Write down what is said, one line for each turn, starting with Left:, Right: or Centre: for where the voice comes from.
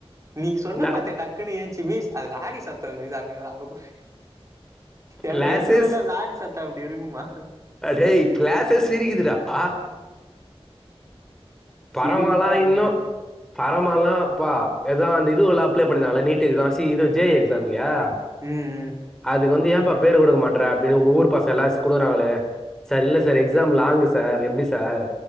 Right: நீ சொன்ன
Centre: நான்
Right: பத்திய டக்குக்னு ஏஞ்சி மிஸ் அது லாரி சத்தம் மிஸ் அங்க அங்க போயி என்டா
Centre: கிளாஸஸ்
Right: எந்த ஊர்ல லாரி சத்தம் அப்படி இருக்குமா
Centre: அடேய் கிளாஸே சிரிக்குதுடா ஆ பரவாலா
Right: சிரிப்பு தாங்கல
Centre: இன்னும் பரமால்லா பா எதா அந்த இதுவுலா அப்ளை பண்ணிருந்தாங்கல நீட் இதான் ஸி இது ஜே <unintelligible> <unintelligible>
Right: ம்
Centre: அதுக்கு வந்து ஏம்பா பேர் கொடுக்க மாட்ர அப்டின்னு ஊர் பஸங்லாம் ஸ் குடுகறாங்களே சார் இல்ல சார் எக்ஸாம் லாங் சார் எப்டி சார்